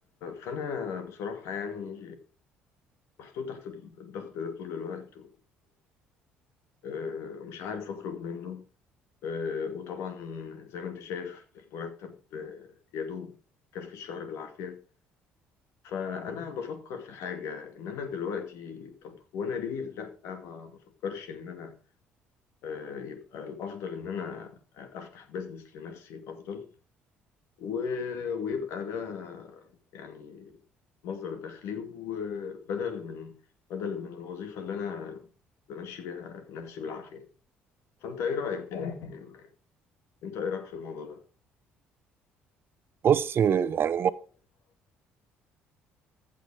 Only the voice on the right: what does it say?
بص يعني الم-